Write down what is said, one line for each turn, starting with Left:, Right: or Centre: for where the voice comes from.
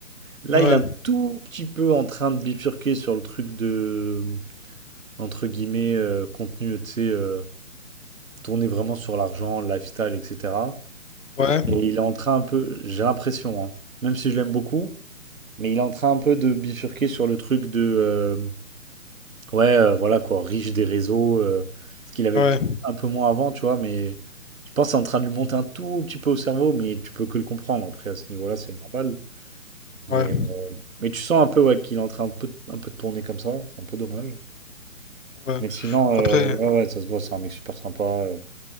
Right: Là,
Left: ouais,
Right: il est un tout petit peu en train de bifurquer sur le truc de, euh, entre guillemets, euh, contenu, tu sais, euh, tourné vraiment sur l'argent, le lifestyle, etc.
Left: ouais,
Right: Et il est en train un peu, j'ai l'impression, hein, même si je l'aime beaucoup, mais il est en train un peu de bifurquer sur le truc de. euh, Ouais, euh, voilà quoi, riche des réseaux, euh, ce qu'il avait
Left: ouais,
Right: un peu moins avant, tu vois, mais je pense que c'est en train de lui monter un tout petit peu au cerveau, mais tu peux que le comprendre. Après, à ce niveau-là, c'est normal. Mais,
Left: ouais,
Right: euh, mais tu sens un peu ouais, qu'il est en train un peu, un peu de tourner comme ça, c'est un peu dommage.
Left: ouais.
Right: Mais sinon, euh,
Left: Après,
Right: ouais, ouais, ça se voit, c'est un mec super sympa, euh,